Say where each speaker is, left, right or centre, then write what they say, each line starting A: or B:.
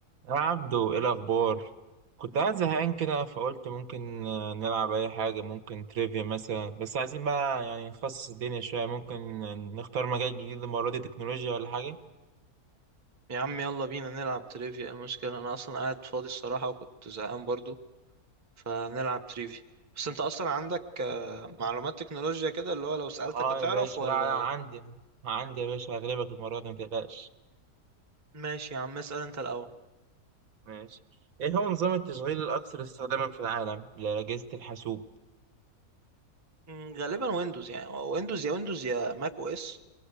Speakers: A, on the right; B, on the right.
A: يا عبدو ايه الاخبار كنت قاعد زهقان كده فقلت ممكن آه، نلعب اي حاجه ممكن تريفيا مثلا بس عايزين بقى يعني نخصص الدنيا شويه ممكن نختار مجال جديد المره دي تكنولوجيا ولا حاجه
B: يا عم يلا بينا نلعب تريفيا المشكلة أنا أصلا قاعد فاضي الصراحة وكنت زهقان برضو فنلعب تريفيا بس أنت أصلا عندك آه، معلومات تكنولوجيا كده اللي هو لو سألتك
A: اه
B: هتعرف
A: يا باشا
B: ولا
A: لا لا عندي عندي يا باشا هغلبك المره دي ما تقلقش
B: ماشي يا عم اسأل أنت الأول
A: ماشي ايه هو نظام التشغيل الاكثر استخداما في العالم لاجهزه الحاسوب
B: مم، غالبا ويندوز يعني هو ويندوز يا ويندوز يا ماك أو إس